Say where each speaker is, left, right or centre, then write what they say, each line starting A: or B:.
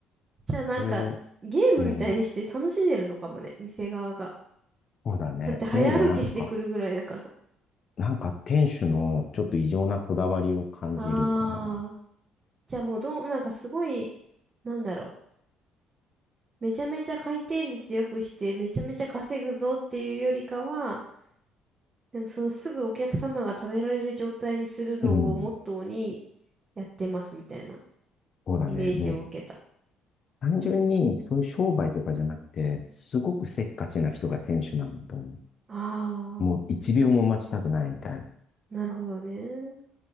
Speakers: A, on the right; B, on the left.
A: じゃあなんか、
B: これ、
A: ゲームみたいにして楽しんでるのかもね。
B: うん、
A: 店側が。
B: そうだね。
A: だって早歩きしてくるぐらいだから。
B: そういう意味じゃなんか、なんか店主のちょっと異常なこだわりを感じるかな。
A: ああ。じゃあもうどう、なんかすごい、なんだろう。めちゃめちゃ回転率良くして、めちゃめちゃ稼ぐぞっていうよりかは、なんかそのすぐお客様が食べられる状態にするのをモットーに
B: うん。
A: やってますみたいな
B: そうだね。
A: イメージを受けた。
B: もう単純にそういう商売とかじゃなくて、すごくせっかちな人が店主なんだと思う。
A: ああ、
B: もう一秒も待ちたくないみたいな。
A: なるほどね。